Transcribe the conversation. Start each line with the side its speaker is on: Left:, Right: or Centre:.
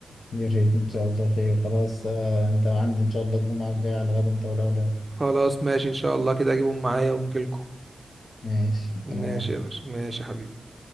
Left: يا ريت إن شاء الله خير خلاص آه، أنت عندي إن شاء الله الجمعة الجاية على غدا إن طال عمرك.
Right: خلاص ماشي ان شاء الله كده اجيبهم معايا ونجيلكم
Left: ماشي
Right: ماشي
Left: تنور
Right: يا باشا ماشي يا حبيبي